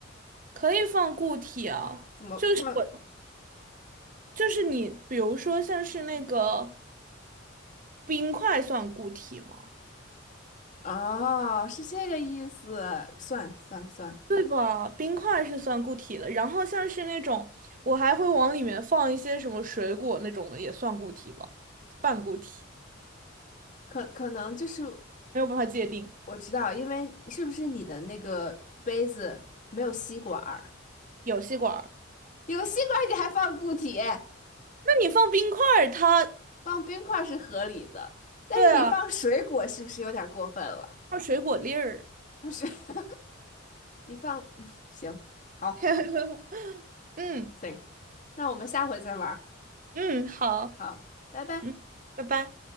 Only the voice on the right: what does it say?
可以放固体啊，
就是我，就是你，比如说像是那个冰块算固体吗？
对吧？冰块是算固体的，然后像是那种我还会往里面放一些什么水果那种的，也算固体吧，半固体，
没有办法界定。
有吸管儿，
那你放冰块儿，它，
对啊，放水果粒儿，
<laughs> 嗯。
嗯，好，
嗯，拜拜。